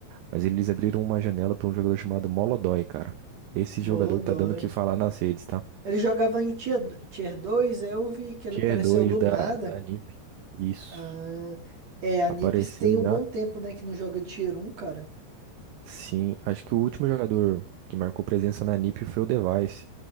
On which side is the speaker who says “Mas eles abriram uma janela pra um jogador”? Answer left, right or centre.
Right